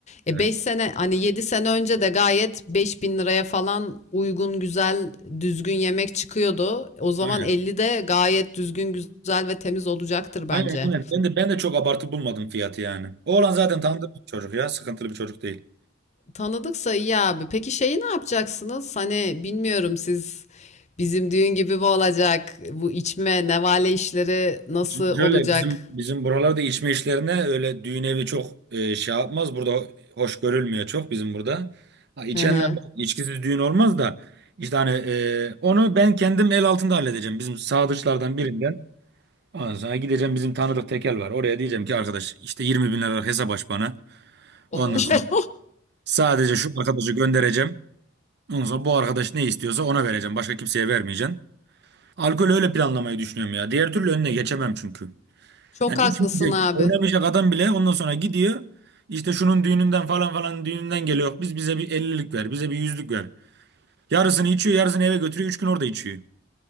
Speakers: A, on the left (about 35°); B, on the right (about 60°).
A: E
B: Evet.
A: 5 sene hani 7 sene önce de gayet 5000 liraya falan uygun güzel düzgün yemek çıkıyordu. O zaman
B: Aynen.
A: 50 de gayet düzgün güzel ve temiz olacaktır bence.
B: Aynen aynen. Ben de ben de çok abartı bulmadım fiyatı yani. Oğlan zaten tanıdık bir çocuk ya. Sıkıntılı bir çocuk değil.
A: Tanıdıksa iyi abi. Peki şeyi ne yapacaksınız? Hani bilmiyorum siz bizim düğün gibi mi olacak? Bu içme, nevale işleri nasıl
B: Şimdi şöyle
A: olacak?
B: bizim bizim buralarda içme işlerine öyle düğün evi çok e, şey yapmaz. Burada hoş görülmüyor çok bizim burada. Ha, içenler
A: Hı hı.
B: bak, içkisiz düğün olmaz da işte hani e, onu ben kendim el altında halledeceğim. Bizim sadıçlardan birinden. Ondan sonra gideceğim bizim tanıdık tekel var. Oraya diyeceğim ki arkadaş işte 20 bin lira hesap aç bana. Ondan
A: Oo. <laughs>
B: sonra sadece şu arkadaşı göndereceğim. Ondan sonra bu arkadaş ne istiyorsa ona vereceğim. Başka kimseye vermeyeceğim. Alkol öyle planlamayı düşünüyorum ya. Diğer türlü önüne geçemem çünkü.
A: Çok
B: Yani
A: haklısın
B: içmeyecek,
A: abi.
B: oynamayacak adam bile ondan sonra gidiyor. İşte şunun düğününden falan falan düğününden geliyor. Biz bize bir ellilik ver, bize bir yüzlük ver. Yarısını içiyor, yarısını eve götürüyor. 3 gün orada içiyor.